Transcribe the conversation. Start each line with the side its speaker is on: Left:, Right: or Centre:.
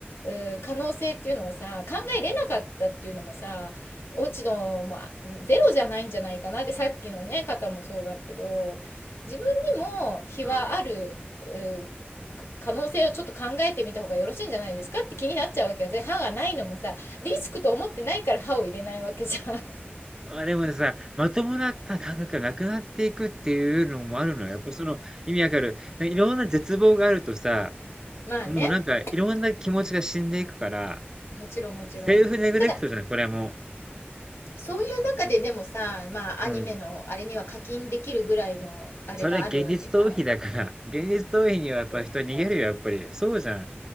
Left: う可能性っていうのをさ、考えれなかったっていうのもさ、落ち度もゼロじゃないんじゃないかな。で、さっきのね、方もそうだけど、自分にも非はある、
Right: あ
Left: う可能性をちょっと考えてみた方がよろしいんじゃないですかって気になっちゃうわけよ。で、歯がないのもさ、リスクと思ってないから歯を入れないわけじゃん。
Right: あ。あ、でもさ、まともなた感覚がなくなっていくっていうのもあるのよ。やっぱその、意味わかる。ねいろんな絶望があるとさ、
Left: <laughs> まあね、
Right: もうなんかいろんな気持ちが死んでいくから、
Left: もちろんもちろん。
Right: セルフネグレクトじゃない、
Left: ただ
Right: これも。
Left: そういう中ででもさ、まあ、
Right: うん。
Left: アニメのあれには課金できるぐらいのあれがあるわけじゃん
Right: それは現実逃避だから、現実逃避にはやっぱ人逃げるよ、
Left: 長期化。
Right: やっぱり。そうじゃん。